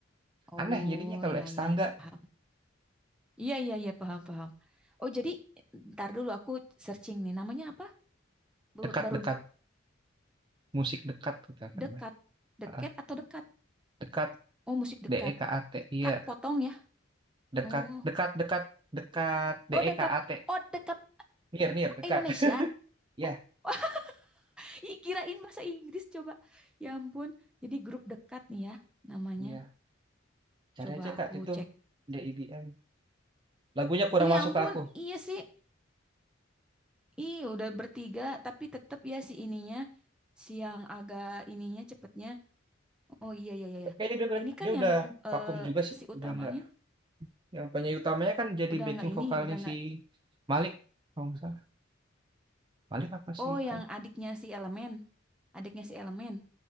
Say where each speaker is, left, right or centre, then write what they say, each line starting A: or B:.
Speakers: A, in the centre; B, on the right.
A: Oh,
B: aneh jadinya kalau
A: iya,
B: eks
A: iya,
B: tangga
A: iya. Paham. Iya, iya, iya. Paham, paham. Oh, jadi ntar dulu aku searching nih. Namanya apa? Ba-
B: dekat-dekat
A: Baru
B: musik dekat gitu kan
A: dekat.
B: namanya
A: Deket
B: Heeh,
A: atau dekat?
B: dekat
A: Oh, musik dekat.
B: DEKAT iya
A: Cut potong ya.
B: dekat
A: Oh.
B: dekat dekat dekat DEKAT
A: Oh, dekat. Oh, dekat
B: near near dekat
A: Indonesia.
B: <laughs> ya
A: Oh. Ih, kirain bahasa Inggris coba. Ya ampun, jadi grup dekat nih ya namanya.
B: iya cari
A: Coba
B: aja
A: aku
B: Kak itu
A: cek.
B: DEDM lagunya kurang
A: Ih,
B: masuk
A: ampun,
B: ke aku
A: iya sih. Ih, udah bertiga tapi tetap ya si ininya si yang agak ininya cepetnya. Oh iya iya iya.
B: Kayaknya
A: iya.
B: dia, ber-
A: Ini kan
B: dia udah
A: yang eh,
B: vakum juga sih,
A: si utamanya
B: udah nggak. Yang penyanyi utamanya kan jadi
A: udah
B: backing
A: nggak ini,
B: vokalnya
A: udah nggak.
B: si Malik, kalau nggak salah. Malik apa sih?
A: Oh, yang
B: Hai-
A: adiknya si Elemen, adiknya si Elemen